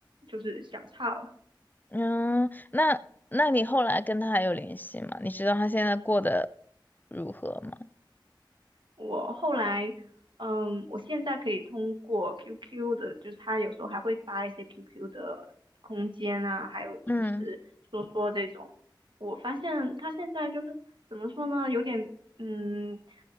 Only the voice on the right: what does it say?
就是想差了。
我后来，嗯，我现在可以通过 QQ 的，就是他有时候还会发一些 QQ 的空间啊，还有就是说说这种，
我发现他现在就是怎么说呢，有点，嗯，